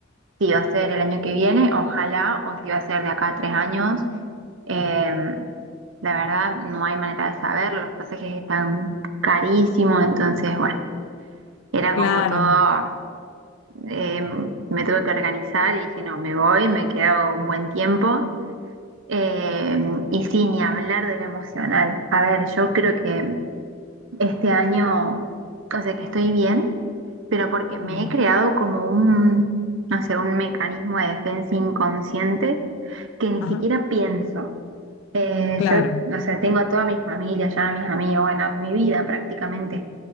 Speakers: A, on the right (about 65°); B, on the left (about 75°).
A: Si va a ser el año que viene, ojalá, o si va a ser de acá a tres años, eh, la verdad, no hay manera de saberlo, los pasajes están carísimos, entonces, bueno, era
B: claro.
A: como todo, eh, me tuve que organizar y dije, no, me voy, me quedo un buen tiempo. Eh, y sí, ni hablar de lo emocional. A ver, yo creo que este año, o sea, que estoy bien, pero porque me
B: mm,
A: he creado como un, no sé, un mecanismo de defensa inconsciente que ni
B: Ajá,
A: siquiera pienso. Eh,
B: claro,
A: yo, o sea, tengo a toda mi familia ya, a mis amigos, bueno, a mi vida prácticamente.